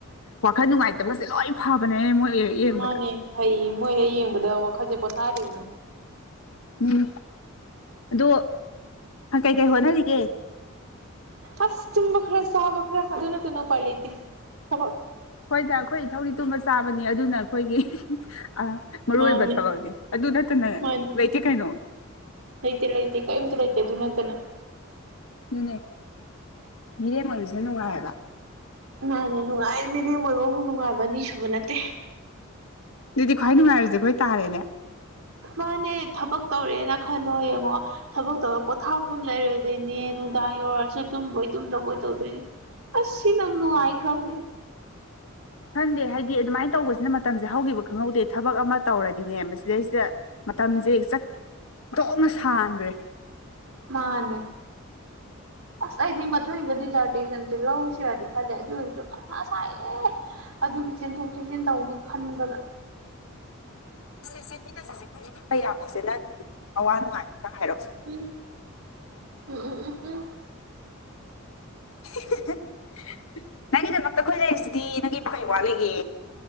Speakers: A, on the left; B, on the right.
A: ꯋꯥꯈꯜ ꯅꯨꯡꯉꯥꯏꯇꯕꯁꯦ ꯂꯣꯏ ꯐꯕꯅꯦ ꯃꯣꯏ ꯌꯦꯡꯕꯗ
B: ꯃꯥꯅꯦ ꯐꯩꯌꯦ ꯃꯣꯏ ꯍꯦꯛ ꯌꯦꯡꯕꯗ ꯋꯥꯈꯜꯁꯦ ꯄꯣꯊꯥꯔꯤꯕꯅꯦ
A: ꯎꯝ ꯑꯗꯣ ꯀꯩꯀꯩ ꯍꯣꯠꯅꯔꯤꯒꯦ
B: ꯑꯁ ꯇꯨꯝꯕ ꯈꯔ ꯆꯕ ꯈꯔ ꯑꯗꯨꯅꯠꯇ ꯎꯄꯥꯢ ꯂꯩꯇꯦ ꯊꯕꯛ
A: ꯍꯣꯏꯗ ꯑꯩꯈꯣꯏ ꯊꯧꯗꯤ ꯇꯨꯝꯕ ꯆꯥꯕꯅꯤ ꯑꯗꯨꯅ ꯑꯩꯈꯣꯏꯒꯤ ꯑꯥ ꯃꯔꯨ
B: ꯃꯥꯅꯦ
A: ꯑꯣꯏꯕ ꯊꯕꯛꯅꯤ ꯑꯗꯨ ꯅꯠꯇꯅ
B: ꯃꯥꯅꯦ
A: ꯂꯩꯇꯦ ꯀꯩꯅꯣ
B: ꯂꯩꯇꯦ ꯂꯩꯇꯦ ꯀꯩꯝꯇ ꯂꯩꯇꯦ ꯑꯗꯨ ꯅꯠꯇꯅ
A: ꯥꯑꯗꯨꯅꯦ ꯃꯤꯔꯦꯝ ꯑꯣꯏꯕꯁꯦ ꯅꯨꯡꯉꯥꯏꯑꯦꯕ
B: ꯃꯥꯅꯦ ꯅꯨꯡꯉꯥꯏ ꯃꯤꯔꯦꯝ ꯑꯣꯏꯕꯕꯨꯨꯛ ꯅꯨꯡꯉꯥꯏꯕ ꯑꯅꯤꯁꯨꯕ ꯅꯠꯇꯦ
A: ꯑꯗꯨꯗꯤ ꯈ꯭ꯋꯥꯏ ꯅꯨꯡꯉꯥꯏꯔꯁꯦ ꯑꯩꯈꯣꯏ ꯇꯥꯔꯦꯅꯦ
B: ꯃꯥꯅꯦ ꯊꯕꯛ ꯇꯧꯔꯦꯅ ꯈꯜꯂꯣ ꯍꯌꯦꯡꯋꯥꯏ ꯊꯕꯛ ꯇꯧꯔꯒ ꯄꯣꯊꯥꯐꯝ ꯂꯩꯔꯣꯏꯗꯣꯏꯅꯦ ꯅꯨꯡꯗꯥꯡ ꯌꯧꯔꯁꯨ ꯇꯨꯝꯕꯣꯏ ꯇꯨꯝꯗꯕꯣꯏ ꯇꯧꯗꯣꯏꯅꯤ ꯑꯁ ꯁꯤꯅ ꯅꯨꯉꯥꯏ ꯈ꯭ꯔꯕꯅꯦ
A: ꯈꯪꯗꯦ ꯍꯥꯏꯗꯤ ꯑꯗꯨꯃꯥꯏꯅ ꯇꯧꯕꯁꯤꯅ ꯃꯇꯝꯁꯦ ꯍꯧꯈꯤꯕ ꯈꯪꯍꯧꯗꯦ ꯊꯕꯛ ꯑꯃ ꯇꯧꯔꯗꯤꯅꯦ ꯃꯁꯤꯗꯩꯁꯤꯗ ꯃꯇꯝꯖꯦ ꯆꯠ ꯑꯣꯊꯣꯛꯅ ꯁꯥꯟꯈ꯭ꯔꯦ
B: ꯃꯥꯅꯦ ꯑꯁ ꯑꯩꯗꯤ ꯃꯊꯪꯗꯗꯤ ꯖꯥꯔꯇꯦꯁꯟꯁꯦ ꯂꯧꯁꯤ ꯆꯤꯔꯗꯤ ꯈꯜꯂꯦ ꯑꯗꯨ ꯑꯣꯏꯔꯁꯨ ꯃꯊꯥ ꯁꯥꯏꯌꯦ ꯑꯗꯨꯒꯤ ꯆꯦꯟꯊꯣꯛ ꯆꯦꯟꯁꯤꯟ ꯇꯧꯅꯤ ꯈꯟꯕꯗ
A: <unintelligible>
B: ꯎꯝ ꯎꯝ ꯎꯝ ꯎꯝ ꯎꯝ
A: <unintelligible> ꯅꯪꯒꯤꯗꯃꯛꯇ ꯑꯩꯈꯣꯏ ꯂꯩꯔꯤꯁꯤꯗꯤ ꯅꯪꯒꯤꯕꯨ ꯀꯔꯤ ꯋꯥꯠꯂꯤꯒꯦ